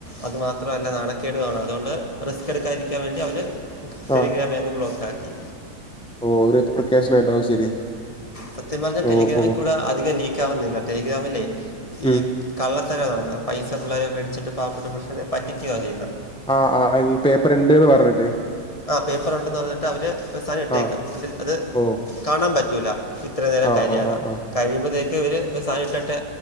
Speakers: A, on the left (about 20°); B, in the centre.
A: അതു മാത്രമല്ല നാണക്കേട് ആണ് അതുകൊണ്ട് റിസ്ക് എടുക്കാതിരിക്കാൻ വേണ്ടി അവര് ടെലിഗ്രാമങ്ങ്
B: ആ
A: ബ്ലോക്ക് ആക്കി
B: ഓ ഒരു <unintelligible> പ്രക്കേശന്ണ്ടാവും ശരി.
A: സത്യം പറഞ്ഞാൽ
B: ഓ
A: ടെലിഗ്രാമിൽ
B: ഓ
A: കൂടെ അധികം ലീക്ക് ആവുന്നില്ല ടെലിഗ്രാമിലേ
B: ഉം.
A: ഈ കള്ളത്തരോ നടക്കുന്നത് പൈസ പിള്ളേരോ മേടിച്ചിട്ട് പാവപ്പെട്ട പിള്ളേരെ പറ്റിക്കുകയാ ചെയ്യുന്നത്
B: ആഹ് ആഹ് പേപ്പർ ഇണ്ട്ന്ന് പറഞ്ഞിട്ട്
A: ആഹ് പേപ്പർ ഉണ്ടെന്ന് പറഞ്ഞിട്ട് അവര് മെസ്സേജ് ഇട്ടേക്കും
B: ആ
A: നെട്ട് അത്
B: ഓ
A: കാണാൻ പറ്റൂല ഇത്ര നേരം
B: ആ
A: കഴിയാതെ
B: ആ ആ ആ
A: കഴിയുമ്പഴത്തേക്ക് <unintelligible> ഇട്ട്